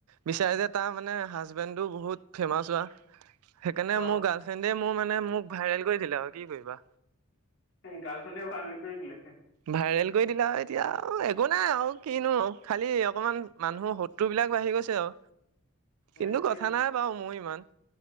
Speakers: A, on the right; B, on the left.
A: বিচাৰে যে তাৰ মানে হাজবেণ্ডো বহুত ফেমাচ হোৱা সেইকাৰণে
B: অ
A: মোৰ গাৰ্লফ্ৰেণ্ড মোৰ মানে মোক ভাইৰেল কৰি দিলে আৰু কি কৰিবা
B: সেই গালফ্ৰেন্দে ভাইৰেল কৰি দিলে।
A: ভাইৰেল কৰি দিলা এতিয়া একো নাই আৰু কিনো খালি অকমান মানুহৰ শত্ৰু বুলি। বিলাক বাঢ়ি গৈছে আৰু
B: সেইটোৱে
A: কিন্তু কথা নাই বাৰু মোৰ ইমান।